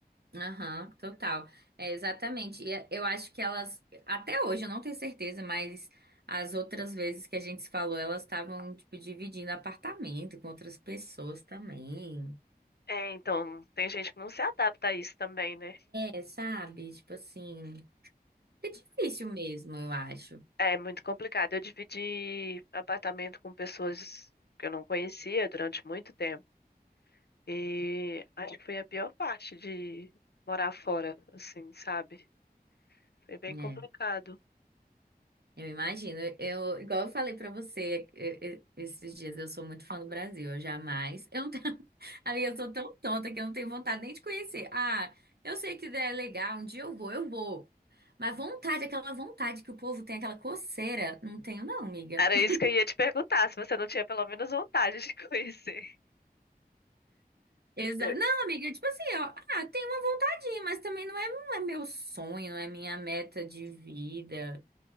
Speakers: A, on the right; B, on the left.
A: Aham, total. É, exatamente. E eh, eu acho que elas, até hoje, eu não tenho certeza, mas as outras vezes que a gente se falou, elas estavam, tipo, dividindo apartamento com outras pessoas também.
B: É, então, tem gente que não se adapta a isso também, né?
A: É, sabe? Tipo assim, é difícil mesmo, eu acho.
B: É muito complicado. Eu dividi apartamento com pessoas que eu não conhecia durante muito tempo. E acho que foi a pior parte de morar fora, assim, sabe? Foi bem
A: É.
B: complicado.
A: Eu imagino. Eu, igual eu falei pra você e- e- esses dias, eu sou muito fã do Brasil. Eu jamais. Eu não tenho, <laughs> amiga, eu sou tão tonta que eu não tenho vontade nem de conhecer. Ah, eu sei que é legal, um dia eu vou, eu vou. Mas vontade, aquela vontade que o povo tem, aquela coceira, não tenho, não, amiga.
B: Era
A: <laughs>
B: isso que eu ia te perguntar, se você não tinha pelo menos vontade de <laughs> conhecer.
A: Exa
B: Eu,
A: não, amiga, tipo assim, ó, ah, tem uma vontadinha, mas também não é, não é meu sonho, não é minha meta de vida,